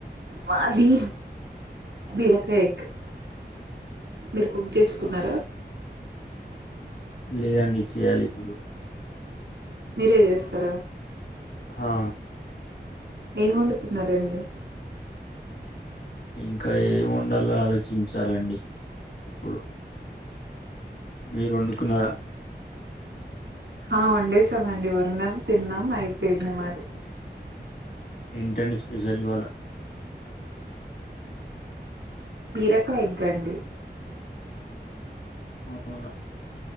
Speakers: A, on the right; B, on the left.
A: మాది బీరకాయి క మీరు కుక్ చేసుకున్నారా
B: ఆ లేదండి చేయాలి ఇప్పుడు
A: మీరే చేస్తరా
B: హా
A: ఏం వండుతున్నారండి
B: ఇంకా ఏం వండాలో ఆలోచించాలండి ఇప్పుడు మీరు వండుకున్నారా
A: ఆ వండేసామండి వన్నాం తిన్నాం అయిపోయింది మరి
B: ఏంటండి స్పెషల్ ఇవాళ
A: బీరకాయ్ ఎగ్గండి
B: అవును